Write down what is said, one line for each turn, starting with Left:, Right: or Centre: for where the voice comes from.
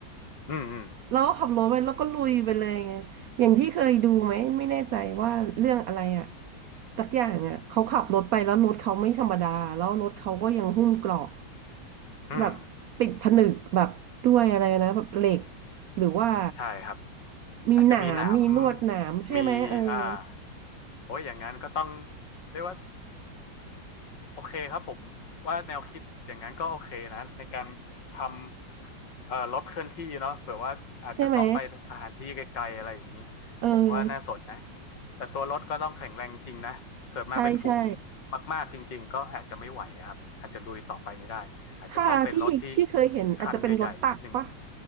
Left: อืมอืม
Right: เราก็ขับรถไปแล้วก็ลุยไปเลยไงอย่างที่เคยดูไหมไม่แน่ใจว่าเรื่องอะไรอ่ะสักอย่างอ่ะเขาขับรถไปแล้วรถเขาไม่ธรรมดาแล้วรถเขาก็ยังหุ้มเกราะ
Left: อืม
Right: แบบปิดผนึกแบบด้วยอะไรนะแบบเหล็กหรือว่า
Left: ใช่ครับ
Right: มีหนามมีลวดหนามใช่ไหมเออ
Left: อาจจะมีหนามมีอ่าโอ้ยอย่างนั้นก็ต้องเรียกว่า โอเคครับผมว่าแนวคิดอย่างนั้นก็โอเคนะในการทำเอ่อรถเคลื่อนที่เนาะเผื่อว่าอาจจะต้องไปสถานที่ไกลๆอะไรอย่างนี้ผมก็ว่าน่าสนนะ
Right: ใช่ไหมเออ
Left: แต่ตัวรถก็ต้องแข็งแรงจริงนะเกิดมาเป็นฝูง
Right: ใช่ใช่
Left: มากๆจริงๆก็อาจจะไม่ไหวอะครับอาจจะลุยต่อไปไม่ได้อาจจะต้องเป็นรถที่
Right: ถ้าที่ที่เคยเห็นอาจจะเป็นรถตักปะ
Left: คันใหญ่ๆนิดนึง